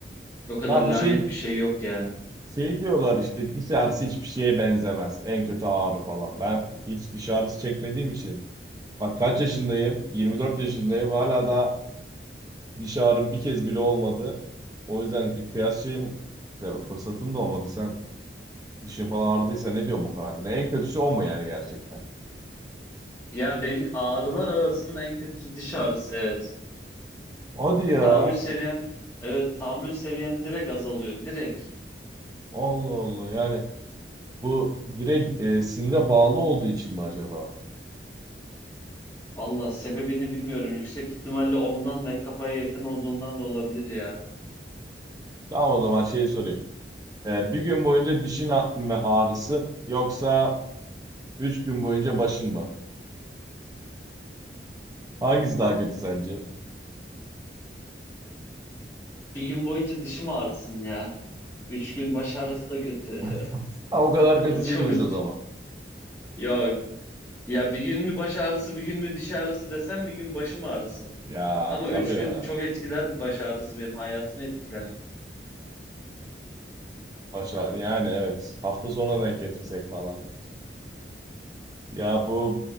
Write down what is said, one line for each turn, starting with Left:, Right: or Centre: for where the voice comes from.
Left: O kadar
Right: Ya
Left: lanet
Right: bu şey
Left: bir şey yok ya.
Right: şey diyorlar işte diş ağrısı hiçbir şeye benzemez. En kötü ağrı falan. Ben hiç diş ağrısı çekmediğim için bak kaç yaşındayım? 24 yaşındayım. Hala da diş ağrım bir kez bile olmadı. O yüzden bir kıyas şeyim ya fırsatım da olmadı. Sen dişin falan ağrıdıysa ne diyorsun bu konu hakkında? En kötüsü o mu yani gerçekten?
Left: Ya benim ağrılar arasında en kötüsü diş ağrısı evet.
Right: Hadi ya.
Left: Tahammül seviyen evet tahammül seviyen direkt azalıyor. Direkt.
Right: Allah Allah. Yani bu direkt e, sinire bağlı olduğu için mi acaba?
Left: Valla sebebini bilmiyorum. Yüksek ihtimalle ondan ve kafaya yakın olduğundan da olabilir ya.
Right: Tamam o zaman şeyi sorayım. Ee, bir gün boyunca dişin a- mi ağrısı yoksa üç gün boyunca başın mı? Hangisi daha kötü sence?
Left: Bir gün boyunca dişim ağrısın ya. Üç gün baş ağrısı da kötü.
Right: <laughs> Ha, O
Left: <laughs>
Right: kadar kötü
Left: Çok
Right: değilmiş
Left: üz-
Right: o zaman.
Left: ya ya bir gün mü baş ağrısı bir gün mü diş ağrısı desem bir gün başım ağrısın.
Right: Ya
Left: Ama
Right: tabii
Left: üç gün
Right: ya.
Left: çok etkiler baş ağrısı benim hayatımı etkiler.
Right: Aşağı, yani evet. Hafta sonuna denk getirsek falan. Ya bu